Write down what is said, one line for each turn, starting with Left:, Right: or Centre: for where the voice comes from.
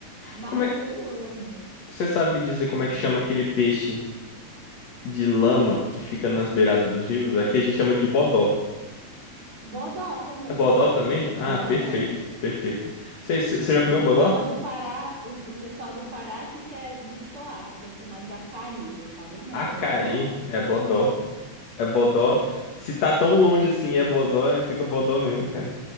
Right: mas
Left: Como é,
Right: eu amo
Left: você sabe me dizer
Right: peixe
Left: como
Right: de
Left: é
Right: rio.
Left: que chama aquele peixe de lama que fica nas beiradas dos rios? Aqui a gente chama ele de bodó.
Right: Bodó também.
Left: É bodó também?
Right: A gente chama
Left: Ah,
Right: de bodó.
Left: perfeito, perfeito. Você você- você já
Right: É
Left: comeu
Right: O pessoal
Left: bodó?
Right: lá do Pará, o, o pessoal do Pará que quer destoar, que quer chamar de acari. Eu falo, não,
Left: Acari,
Right: é bodó.
Left: é bodó. É bodó. Se tá tão longe assim e é bodó, é- fica bodó mesmo, cara.